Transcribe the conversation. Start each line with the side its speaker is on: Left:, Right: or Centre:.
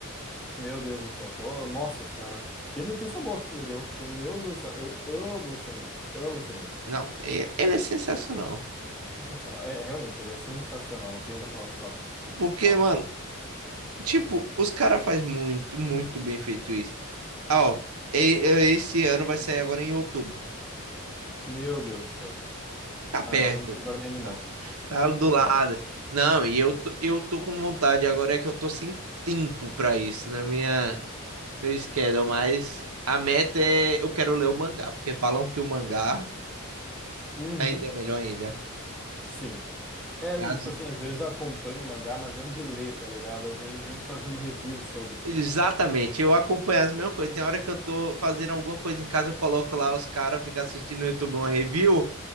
Centre: Meu Deus do céu, tô- Nossa senhora, que notícia boa que tu me deu, porque, meu Deus do céu, eu amo esse anime, amo esse anime.
Right: Não, e- ele é sensacional.
Centre: Sensacional. É, realmente, ele é sensacional, não tem outra forma de falar.
Right: Porque,
Centre: É um absurdo.
Right: mano, tipo, os caras fazem muito, muito bem feito isso. Ah, Ó, e- e- esse ano vai sair agora em outubro.
Centre: Meu Deus do céu.
Right: Tá
Centre: Agora,
Right: perto,
Centre: me- agora
Right: pô.
Centre: me animou.
Right: Tá Tá do
Centre: Tá
Right: lado.
Centre: perto.
Right: Não, e eu, tô- eu tô com vontade, agora é que eu tô sem tempo pra isso na minha meu schedule, mas a meta é eu quero ler o mangá, porque falam que o mangá
Centre: Uhum,
Right: ainda é melhor ainda.
Centre: sim. É,
Right: Que as-
Centre: tipo assim, às vezes eu acompanho o mangá, mas não de ler, tá ligado? Eu vejo gente fazendo review sobre.
Right: Exatamente, eu acompanho as mesmas coisas. Tem hora que eu tô fazendo alguma coisa em casa, eu coloco lá os caras, ficam assistindo no YouTube uma review,